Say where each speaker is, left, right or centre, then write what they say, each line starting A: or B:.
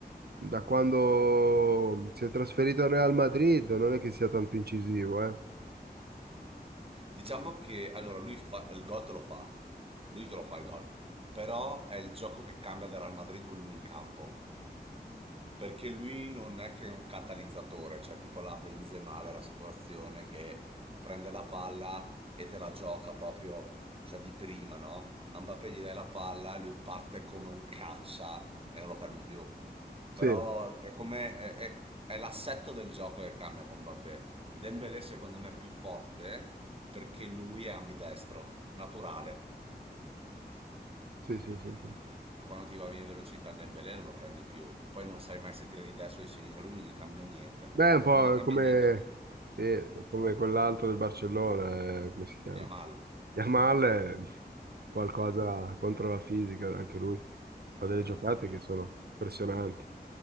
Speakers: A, on the right; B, on the right.
A: da quando si è trasferito al Real Madrid non è che sia tanto incisivo, eh?
B: Diciamo che allora lui fa, il gol te lo fa, lui te lo fa il gol, però è il gioco che cambia del Real Madrid con lui in campo. Perché lui non è che è un catalizzatore, cioè tipo la Benzema della situazione che prende la palla e te la gioca proprio, cioè di prima, no? A Mbappé gli dai la palla e lui parte come un caccia e non lo fermi più.
A: Sì,
B: Però è come è, è- è l'assetto del gioco che cambia con Mbappé. Dembélé secondo me è più forte perché lui è ambidestro, naturale.
A: sì,
B: Eh,
A: sì, sì, sì.
B: quando ti va bene velocità Dembélé non lo prendi più. Poi non sai mai se tira di destra o di sinistra, lui non gli cambia niente.
A: Beh, è un po'
B: Non gli cambia
A: come,
B: niente a lui.
A: sì, come quell'altro del Barcellona, eh, come si chiama?
B: Yamal.
A: Yamal è qualcosa
B: Eh,
A: contro la fisica, anche lui fa delle
B: ah,
A: giocate
B: ma lui,
A: che
B: è un
A: sono impressionanti.
B: no.